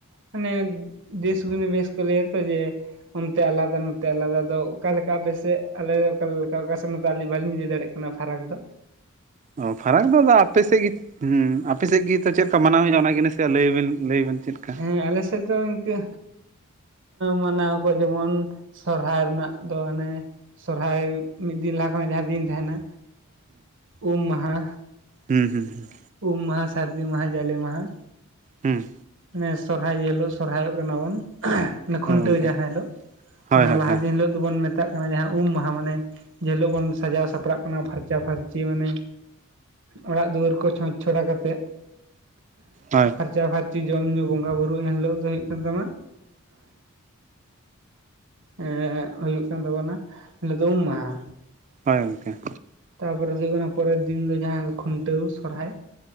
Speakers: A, on the right; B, on the right.
A: ᱢᱟᱱᱮ ᱫᱮᱥ ᱜᱩᱱᱤ ᱵᱮᱥ ᱠᱚ ᱞᱟᱹᱭ ᱟᱠ ᱢᱮ ᱚᱱᱛᱮ ᱟᱞᱟᱫᱟ ᱱᱚᱛᱮ ᱟᱞᱟᱫᱟ ᱚᱠᱟ ᱞᱮᱠᱟ ᱟᱯᱮᱥᱮᱫ ᱟᱞᱮ ᱚᱠᱟᱮᱠᱟ ᱚᱠᱟ ᱫᱚ ᱟᱞᱤᱧ ᱵᱟᱞᱤᱧ.. ᱫᱟᱲᱮᱭᱟᱜ ᱠᱟᱱᱟ ᱯᱷᱟᱨᱟᱠ ᱫᱚ᱾
B: ᱚ ᱯᱷᱟᱨᱟᱠ ᱫᱚ ᱟᱫ ᱟᱯᱮ ᱥᱮᱫ ᱜᱮ ᱦᱮᱸ ᱟᱯᱮᱥᱮᱫ ᱜᱮᱛᱚ ᱪᱮᱫ ᱞᱮᱠᱟ ᱢᱟᱱᱟᱣ ᱦᱩᱭᱩᱜᱼᱟ ᱚᱱᱟᱜᱮ ᱱᱟᱥᱮᱭᱟᱜ ᱞᱟᱹᱭᱵᱤᱱ ᱞᱟᱹᱭᱟᱵᱤᱱ ᱪᱮᱫ? ᱞᱮᱠᱟ?
A: ᱦᱮᱸ ᱟᱞᱮ ᱥᱮᱫ ᱫᱚ ᱤᱱᱠᱟᱹ ᱢᱟᱱᱟᱣ ᱠᱚ ᱡᱮᱢᱚᱱ ᱥᱚᱨᱦᱟᱭ ᱨᱮᱱᱟᱜ ᱫᱚ ᱟᱱᱮ ᱥᱚᱨᱦᱟᱭ ᱢᱤᱫ ᱫᱤᱱ ᱞᱟᱦᱟ ᱠᱷᱚᱱᱟᱜ ᱡᱟᱦᱟᱸ ᱫᱤᱱ ᱛᱟᱦᱮᱱᱟ ᱩᱢ ᱢᱟᱦᱟ
B: ᱦᱩᱸ ᱦᱩᱸ ᱦᱩᱸ
A: ᱩᱢ ᱢᱟᱦᱟ ᱥᱟᱹᱨᱫᱤ ᱢᱟᱦᱟ ᱡᱟᱞᱮ ᱢᱟᱦᱟ
B: ᱦᱮᱸ
A: ᱢᱮ ᱥᱚᱨᱦᱟᱭ ᱦᱤᱞᱳᱜ ᱥᱚᱨᱦᱟᱭᱚᱜ ᱠᱟᱱᱟ ᱵᱚᱱ᱾ ᱠᱷᱩᱱᱴᱟᱹᱣ
B: ᱦᱳᱭ ᱜᱚᱝᱠᱮ
A: ᱡᱟᱦᱟᱸ ᱦᱤᱞᱳᱜ
B: ᱦᱳᱭ
A: ᱚᱱᱟ
B: ᱦᱳᱭ
A: ᱞᱟᱦᱟ
B: ᱦᱳᱭ
A: ᱫᱤᱱ ᱦᱤᱞᱳᱜ ᱫᱚᱵᱚᱱ ᱢᱮᱛᱟᱜ ᱠᱟᱱᱟ ᱡᱟᱦᱟᱸ ᱩᱢ ᱢᱟᱦᱟ ᱢᱟᱱᱮ ᱡᱮ ᱦᱤᱞᱳᱜ ᱵᱚᱱ ᱥᱟᱡᱟᱣ ᱥᱟᱯᱲᱟᱜ ᱠᱟᱱᱟ ᱯᱷᱟᱨᱪᱟᱼᱯᱷᱟᱨᱪᱤ ᱢᱟᱱᱮ... ᱚᱲᱟᱜ ᱫᱩᱣᱟᱹᱨ ᱠᱚ ᱪᱷᱚᱸᱪ ᱪᱷᱚᱲᱟ ᱠᱟᱛᱮᱫ
B: ᱦᱳᱭ
A: ᱯᱷᱟᱨᱪᱟ ᱯᱷᱟᱨᱪᱤ ᱡᱚᱢ ᱧᱩ᱾ ᱵᱚᱸᱜᱟ ᱵᱩᱨᱩ ᱮᱱ ᱦᱤᱞᱳᱜ ᱫᱚ ᱦᱳᱜ ᱠᱟᱱ ᱛᱟᱢᱟ ᱮ ᱦᱩᱭᱩᱜ ᱠᱟᱱ ᱛᱟᱵᱚᱱᱟ ᱤᱱᱦᱤᱞᱜ ᱫᱚ ᱩᱢ ᱢᱟᱦᱟ᱾
B: ᱦᱳᱭ ᱜᱚᱝᱠᱮ᱾
A: ᱛᱟᱯᱚᱨᱮ ᱫᱚ ᱦᱩᱭᱩᱜ ᱠᱟᱱᱟ ᱯᱚᱨᱮᱨ ᱫᱤᱱ ᱫᱚ ᱡᱟᱦᱟᱸ ᱠᱷᱩᱱᱴᱟᱹᱣ ᱥᱚᱨᱦᱟᱭ